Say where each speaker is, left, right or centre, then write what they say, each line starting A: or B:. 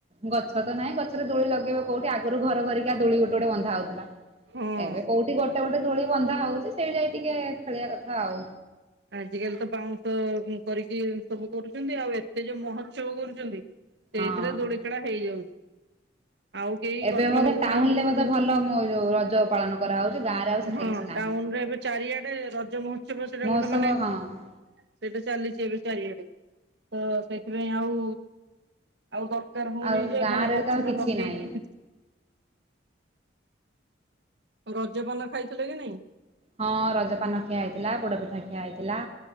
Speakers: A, on the right; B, on the right.
A: ଗଛ ତ ନାହିଁ ଗଛରେ ଦୋଳି ଲଗେଇବେ କଉଠି ଆଗରୁ ଘର ଘରିକା ଦୋଳି ଗୋଟେ ଗୋଟେ ବନ୍ଧା ହଉଥିଲା।
B: ହଁ।
A: ଏବେ କୋଉଠି ଗୋଟେ ଗୋଟେ ଦୋଳି ବନ୍ଧା ହଉଛି ସେଇଟି ଯାଇ ଟିକେ ଖେଳିବା କଥା ଆଉ
B: ଆଜିକାଲି ତ ବାଉଁଶ କରିକି ସବୁ କରୁଛନ୍ତି ଆଉ ଏତେ ଯୋଉ ମହୋତ୍ସବ କରୁଛନ୍ତି ସେଇଥିରେ
A: ହଁ
B: ଦୋଳି ଖେଳ ହେଇଯାଉଛି। ଆଉ କେହି
A: ଏବେ
B: ଗଛ
A: ବୋଧେ
B: ଲଗଉନାହାନ୍ତି
A: ଟାଉନରେ
B: ନା
A: ବୋଧେ ଭଲ ମୋ ରଜ ପାଳନ କରାହଉଛି, ଗାଁରେ ଆଉ ସେତେ
B: ହଁ।
A: କିଛି ନାହିଁ
B: ଟାଉନ ରେ ଏବେ ଚାରିଆଡେ ରଜ ମହୋତ୍ସବ ସେଟା
A: ମହୋତ୍ସବ
B: ଗୋଟେ ମାନେ
A: ହଁ
B: ସେଇଟା ଚାଲିଛି ଏବେ ଚାରିଆଡେ ତ ସେଥିପାଇଁ ଆଉ ଆଉ ଦରକାର ହଉନି
A: ଆଉ
B: ଯେ
A: ଗାଁରେ
B: ମାନେ
A: ବି
B: ଗଛରେ
A: ତ ଆଉ କିଛି
B: ଲଗେଇକି
A: ନାହିଁ।
B: ରଜପାନ ଖାଇଥିଲ କି ନାଇଁ?
A: ହଁ ରଜପାନ ଖିଆ ହେଇଥିଲା, ପୋଡ଼ ପିଠା ଖିଆ ହେଇଥିଲା